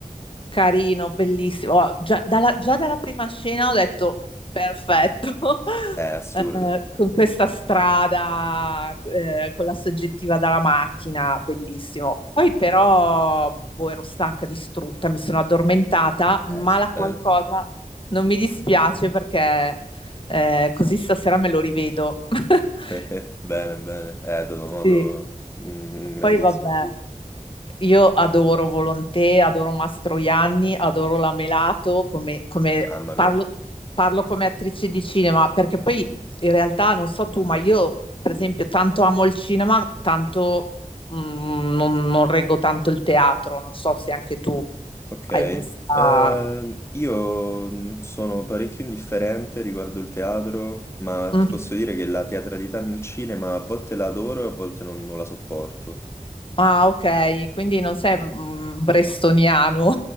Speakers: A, on the left (about 40°); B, on the left (about 20°).
A: carino, bellissimo. Oh, già, dalla, già dalla prima scena ho detto perfetto, <laughs>
B: È assurdo.
A: Eh, con questa strada, eh, con la soggettiva dalla macchina, bellissimo. Poi però, boh, ero stanca, distrutta, mi sono addormentata, ma
B: Eh, succede.
A: la qualcosa non mi dispiace perché eh, così stasera me lo rivedo. <laughs>
B: <laughs> Bene, bene. Eh, Toto Modo,
A: Sì,
B: un un grandissimo
A: poi vabbè,
B: film.
A: io adoro Volontè, adoro Mastroianni, adoro la Melato, come, come-
B: Mamma
A: parlo,
B: mia.
A: parlo come attrice di cinema, perché poi in realtà non so tu, ma io per esempio tanto amo il cinema, tanto mm, non, non reggo tanto il teatro, non so se anche tu
B: Ok.
A: hai questa...
B: Ehm, io mh, sono parecchio indifferente riguardo il teatro, ma
A: Mm.
B: ti posso dire che la teatralità nel cinema a volte la adoro e a volte non, non la sopporto.
A: Ah, ok, quindi non sei mm, brestoniano,